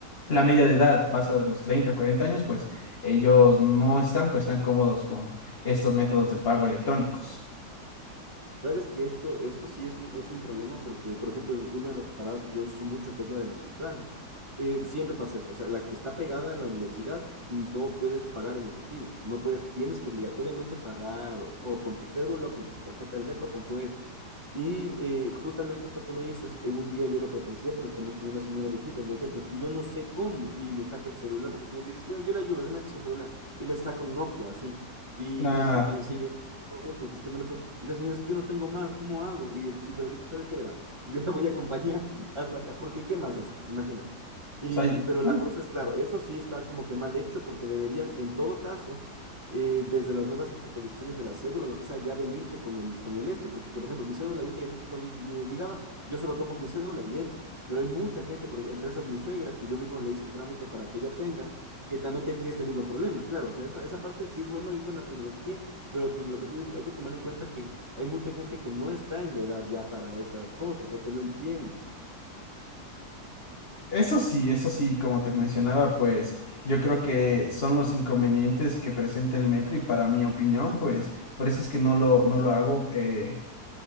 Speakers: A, on the left; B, on the right.
A: la media de edad pasa de los 30 a 40 años, pues ellos no están pues tan cómodos con estos métodos de pago electrónicos.
B: Sabes que esto, esto sí es un, es un problema porque, por ejemplo, en una de las paradas que yo uso mucho, que es la de la central, eh, siempre pasa eso. O sea, la que está pegada a la universidad no puedes pagar en efectivo, no puedes, tienes que obligatoriamente pagar o con tu cédula, o con tu tarjeta del metro, con QR. Y eh, justamente esto que me dices, en un día yo lo presencié, pues también con una señora viejita, y le decía, pero es que yo no sé cómo, y le saca el celular, porque el señor le dice, yo le ayudo, déme su celular, y le saca un Nokia, así, y,
A: La,
B: las, y el señor, "No, pues es que no le puedo, y la señora, es que yo no tengo más, ¿cómo hago? Y el chico le dijo, ¿sabe qué, verá? <laughs> Yo la voy a acompañar hasta acá, porque ¿qué más hace? Imagínate. Y,
A: o sea,
B: pero la
A: mm,
B: cosa es, claro, eso sí está como que mal hecho, porque deberían, en todo caso, eh, desde las nuevas actualizaciones de la cédula, lo que sea, ya venirte con el, con el este, porque por ejemplo, mi cédula ahorita ya tengo li, li, ligada, yo solo topo mi cédula y entro, pero hay mucha gente, porque entre esas mi suegra, que yo mismo le hice el trámite para que ella tenga, que también tenía este mismo problema, claro, o sea, esa, esa parte sí es bueno ir con la tecnología, pero como lo que tú dices, hay que tomar en cuenta que hay mucha gente que no está en la edad ya para esas cosas, o que no entiende.
A: eso sí, eso sí, como te mencionaba, pues yo creo que son los inconvenientes que presenta el metro y para mi opinión, pues por eso es que no lo, no lo hago. eh,